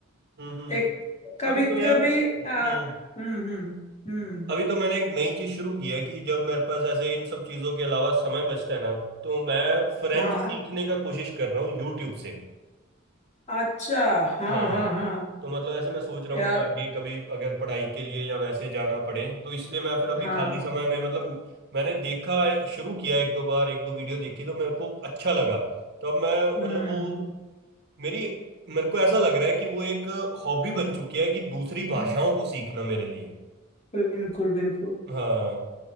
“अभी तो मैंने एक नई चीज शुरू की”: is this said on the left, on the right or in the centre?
Right